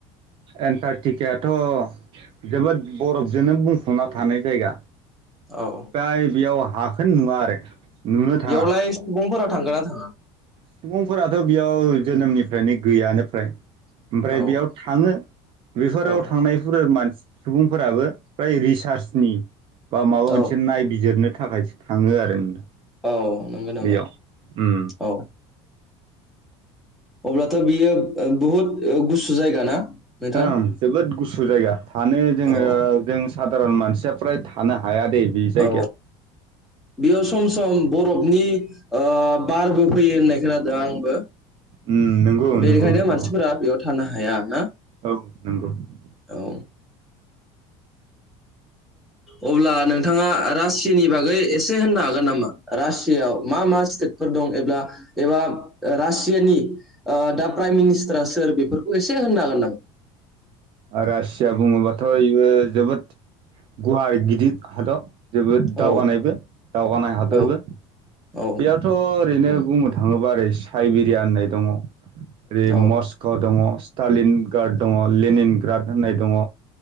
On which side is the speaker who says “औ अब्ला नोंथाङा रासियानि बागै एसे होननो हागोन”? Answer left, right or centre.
Centre